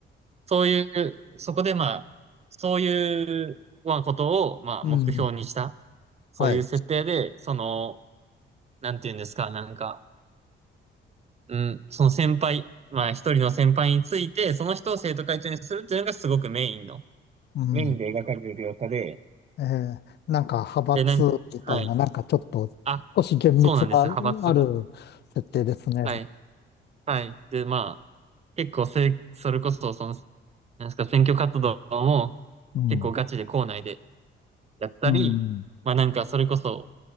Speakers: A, on the right (about 35°); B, on the left (about 55°).
A: そういう、そこでまあ、そういう、まあ、ことを、まあ、
B: うん、
A: 目標にした。そういう設定で、
B: はい。
A: その、なんていうんですか、なんか、うん、その先輩、まあ一人の先輩について、その人を生徒会長にするっていうのがすごくメインの、
B: うん。
A: メインで描かれる描写で、
B: えーなんか派閥みたいな、
A: で、なんか、はい。
B: なんかちょっと、
A: あ、
B: 少し厳密な、
A: そうなんですよ、派閥とか。
B: ある設定ですね。
A: はい。はい。で、まあ、結構せ、それこそ、その、なんですか、選挙活動も
B: うん、
A: 結構ガチで校内でやったり、
B: うん。
A: まあなんか、それこそ、